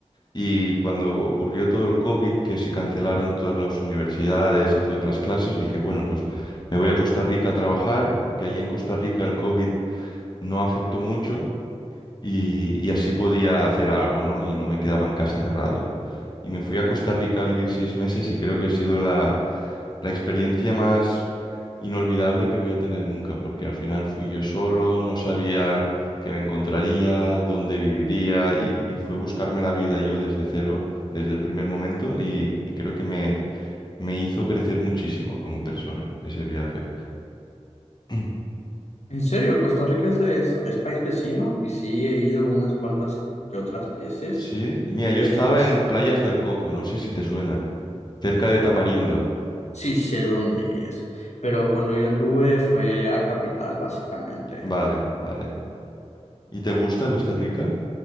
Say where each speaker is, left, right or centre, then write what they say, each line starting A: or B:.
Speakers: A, on the left; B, on the left.
A: Y cuando ocurrió todo el COVID, que se cancelaron todas las universidades y todas las clases, dije, bueno, pues me voy a Costa Rica a trabajar, porque allí en Costa Rica el COVID no afectó mucho y, y así podía hacer algo, ¿no? Y no me quedaba en casa cerrado y me fui a Costa Rica a vivir seis meses y creo que ha sido la, la experiencia más inolvidable que voy a tener nunca, porque al final fui yo solo, no sabía qué me encontraría, dónde viviría y, y fue buscarme la vida yo desde cero, desde el primer momento y, y creo que me, me hizo crecer muchísimo como persona ese viaje. <clears throat>
B: En serio, Costa Rica es, es- es país vecino y sí he ido unas cuantas que otras veces.
A: Sí, y mira, yo
B: Es,
A: estaba
B: bas-
A: en Playas del Coco, no sé si te suena, cerca de Tamarindo.
B: sí sé dónde es, pero cuando yo anduve fue a Capital, básicamente.
A: Vale, vale. ¿Y te gusta Costa Rica?